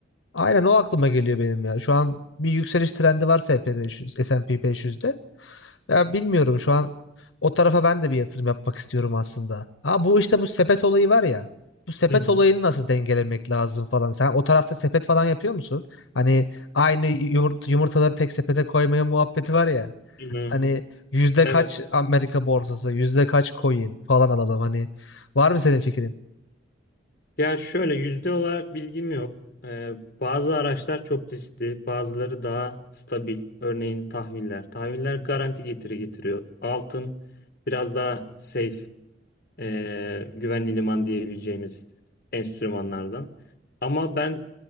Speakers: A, on the left; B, on the left.
A: Aynen o aklıma geliyor benim ya. Şu an bir yükseliş trendi varsa S&P 500, S&P 500'de Ya bilmiyorum şu an o tarafa ben de bir yatırım yapmak istiyorum aslında. Ha bu işte bu sepet olayı var ya. Bu sepet
B: Hı hı.
A: olayını nasıl dengelemek lazım falan. Sen o tarafta sepet falan yapıyor musun? Hani aynı yumurt- yumurtaları tek sepete koymaya muhabbeti var ya.
B: Hı hı.
A: Hani yüzde
B: Evet.
A: kaç Amerika borsası, yüzde kaç coin falan alalım. Hani var mı senin fikrin?
B: Ya şöyle yüzde olarak bilgim yok. Ee, bazı araçlar çok riskli, bazıları daha stabil. Örneğin tahviller. Tahviller garanti getiri getiriyor. Altın biraz daha safe, ee, güvenli liman diyebileceğimiz enstrümanlardan. Ama ben